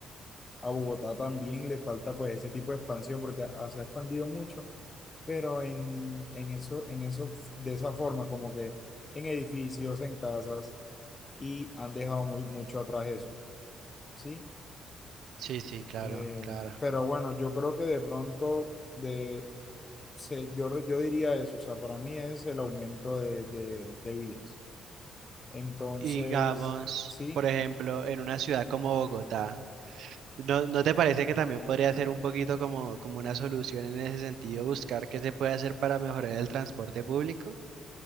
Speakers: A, on the left; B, on the right.
A: a Bogotá también le falta pues ese tipo de expansión porque a- se ha expandido mucho, pero en, en eso, en eso, de esa forma, como que en edificios, en casas, y han dejado muy, mucho atrás eso, ¿sí?
B: Sí, sí, claro,
A: Eh,
B: claro.
A: pero bueno, yo creo que de pronto, de, se, yo, re- yo diría eso, o sea, para mí es el aumento de, de, de vías. Entonces,
B: Y digamos,
A: sí.
B: por ejemplo, en una ciudad como Bogotá, ¿No, no te parece que también podría ser un poquito como, como una solución en ese sentido, buscar qué se puede hacer para mejorar el transporte público?